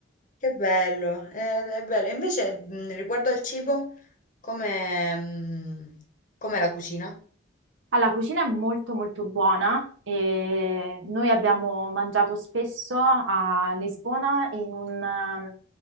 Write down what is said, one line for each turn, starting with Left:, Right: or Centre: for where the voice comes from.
Left: Che bello, eh, è, bello. E invece mh, riguardo al cibo, come, mh, com'è la cucina?
Right: Allora, la cucina è molto molto buona e noi abbiamo mangiato spesso a Lisbona in un, ehm,